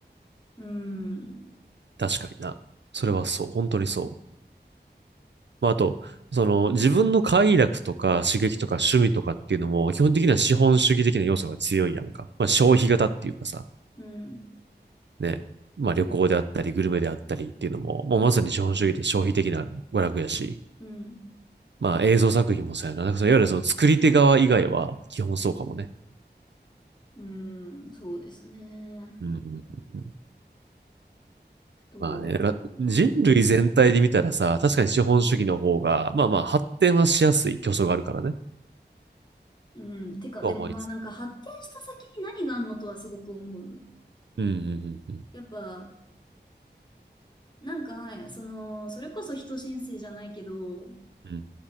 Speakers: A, on the left (about 25°); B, on the right (about 75°).
A: うん。
B: 確かにな。それはそう。本当にそう。まああと、その自分の快楽とか刺激とか趣味とかっていうのも基本的には資本主義的な要素が強いやんか。まあ消費型っていうかさ、
A: うん。
B: ね。まあ旅行であったりグルメであったりっていうのも、もうまさに資本主義で消費的な娯楽やし、
A: うん。うん。
B: まあ映像作品もそうやな。なんかそのいわゆるその作り手側以外は基本そうかもね。
A: うんそうですね。
B: うんうんうんうん
A: どうなんだろ
B: まあね、なんか人類全体で見たらさ、確かに資本主義の方が、まあまあ発展はしやすい競争があるからね、
A: うな。うん。てか、
B: と思いつつ。
A: でもまあなんか発展した先に何があんのとはすごく思う。
B: うん、うん、うん、
A: やっぱ、なんかね、その、それこそ人新世じゃないけど、
B: うん、